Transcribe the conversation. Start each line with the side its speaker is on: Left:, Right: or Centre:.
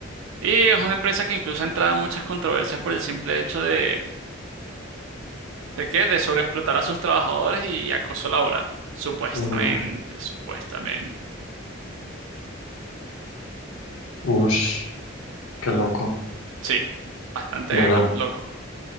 Right: Y es una empresa que incluso ha entrado en muchas controversias por el simple hecho de, ¿de qué? De sobreexplotar a sus trabajadores y acoso laboral. Supuestamente,
Left: Ujú.
Right: supuestamente.
Left: Ush, qué loco.
Right: Sí, bastante
Left: Bueno.
Right: com- loco.